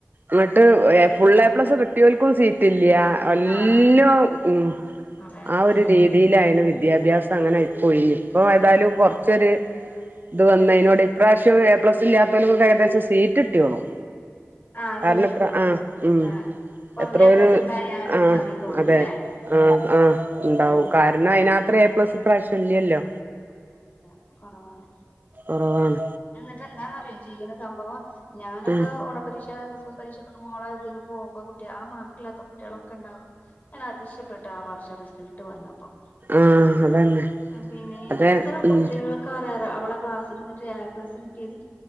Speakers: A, on the right (about 35°); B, on the left (about 35°).
A: ങ്ങട്ട്
B: ആ
A: എ ഫുൾ എ പ്ലസ് കിട്ടിയോൽക്കും സീറ്റ് ഇൽയാ ഒല്ലും
B: ആ
A: ഉം
B: അതെ അങ്ങനെ
A: ആ ഒരു
B: തന്നെ
A: രീ തിയിലായിണ് വിദ്യാഭ്യാസം അങ്ങനെ ആയിപ്പോയിനി ഇപ്പ
B: ആഹ്
A: ഏതാലും കൊർ ച്ചൊര് ഇത്
B: മാറ്റണ്ട്
A: വന്നേയിനോട് ഇപ്രാവശ്യം എ പ്ലസ് ഇല്ലാത്തോൽകൊക്കെ ഏകദേശം സീറ്റ് ട്ടിയോളും.
B: ആഹ്
A: കാരണം
B: സീറ്റ് കിട്ടും
A: പ ആഹ് ഉം
B: ആഹ് കൊറഞ്ഞ
A: എത്രരു
B: എ പ്ലസ് ഉണ്ടായാലും
A: ആ
B: മതി തോന്നണില്ലേ
A: അതെ ആഹ ആഹ് ണ്ടാവും
B: ഉം
A: കാരണം അയിനാത്ര എ പ്ലസ് ഇപ്രാവശ്യം ഇൽയല്ലോ.
B: ആണ ഇല്ല കൊറവാണ്.
A: ഒറവാണ്.
B: എന്നിട്ട് എന്താന്ന്അറിയോ ചെയ്യുന്ന സംഭവം ഞാനൊക്കെ
A: ഉം
B: ഓണപരീക്ഷ ഓണ പരീക്ഷക്കൊക്കെ മോളേ ഇതിന് പോക്മ്പ കുട്ടി ആ മാർക്ക്‌ലാത്ത കുട്ടിയെളൊക്കെ ണ്ടാവു ഞാന് അത്ശയപ്പെട്ട ആ വർഷ റിസൽ ട്ട് വന്നപ്പം
A: ആഹ് അതന്നെ
B: പിന്നെ
A: അതെ
B: എത്ര കുട്ടികൾ
A: ഉം
B: <unintelligible> അവള ക്ലാസ്സിൽന്നിട്ട് എ പ്ലസ് കിട്ടിയത്